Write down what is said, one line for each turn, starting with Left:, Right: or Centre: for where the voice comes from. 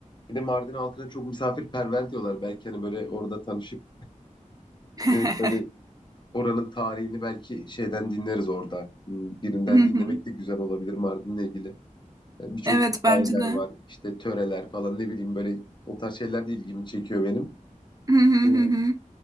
Left: Bir de Mardin halkına çok misafirperver diyorlar. Belki hani böyle orada tanışıp
Right: <laughs>
Left: e, böyle oranın tarihini belki şeyden dinleriz orada. Hmm, Birinden
Right: Hı hı.
Left: dinlemek de güzel olabilir Mardin'le ilgili. Yani Birçok
Right: Evet
Left: hikayeler
Right: bence de.
Left: var. işte töreler falan ne bileyim böyle o tarz şeyler de ilgimi çekiyor benim.
Right: Hı hı
Left: E,
Right: hı hı.